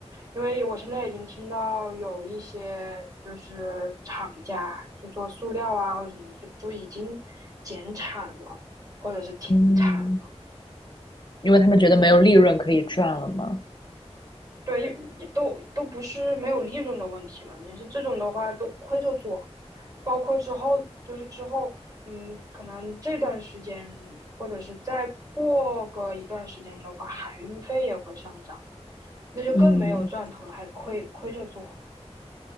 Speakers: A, on the right (about 30°); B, on the left (about 40°).
A: 因为我现在已经听到有一些就是厂家就做塑料啊或者什么，就就已经减产了，或者是停产了。
B: 嗯，因为他们觉得没有利润可以赚了嘛。
A: 对，也都都不是没有利润的问题了，你是这种的话都亏着做，包括之后就是之后，嗯，可能这段时间或者是再过个一段时间的话，海运费也会上涨，那就更没有赚头了，
B: 嗯
A: 还亏亏着做。